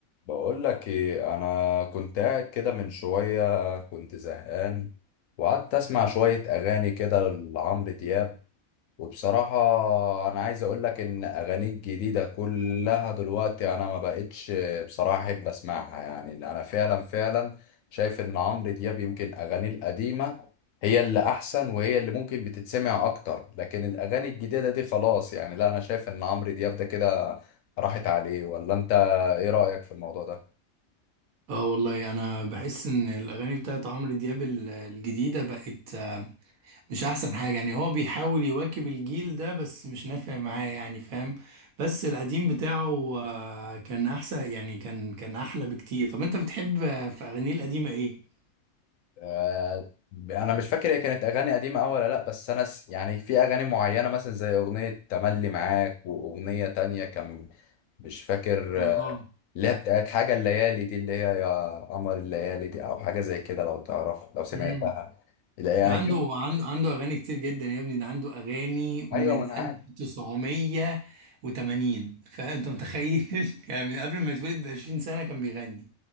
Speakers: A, on the left; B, on the right.
A: بقول لك ايه انا كنت قاعد كده من شويه كنت زهقان وقعدت اسمع شويه اغاني كده لعمرو دياب وبصراحه انا عايز اقول لك ان اغانيه الجديده كلها دلوقتي انا ما بقتش بصراحه احب اسمعها يعني انا فعلا فعلا شايف ان عمرو دياب يمكن اغانيه القديمه هي اللي احسن وهي اللي ممكن بتتسمع اكتر لكن الاغاني الجديده دي خلاص يعني لا انا شايف ان عمرو دياب ده كده راحت عليه ولا انت ايه رايك في الموضوع ده
B: اه والله انا بحس ان الاغاني بتاعت عمرو دياب ال- الجديده بقت آه، مش احسن حاجه يعني هو بيحاول يواكب الجيل ده بس مش نافع معاه يعني فاهم بس القديم بتاعه آه، كان احسن يعني كان كان احلى بكتير طب انت بتحب آه، في اغانيه القديمه ايه
A: آه، انا مش فاكر هي كانت اغاني قديمه أوي ولا لا بس انا س... يعني في اغاني معينه مثلا زي اغنيه تملي معاك واغنيه تانية كان مش فاكر
B: اه
A: آه، اللي هي بتاعت حاجه الليالي دي اللي هي يا قمر الليالي دي او حاجه زي كده لو تعرف لو سمعتها
B: امم
A: لا يعني
B: ده عنده
A: كان
B: عنده عنده اغاني كتير جدا يا ابني ده عنده اغاني من
A: ايوه ما انا عارف
B: 1980 فانت متخيل <laughs> يعني من قبل ما يتولد ب 20 سنه كان بيغني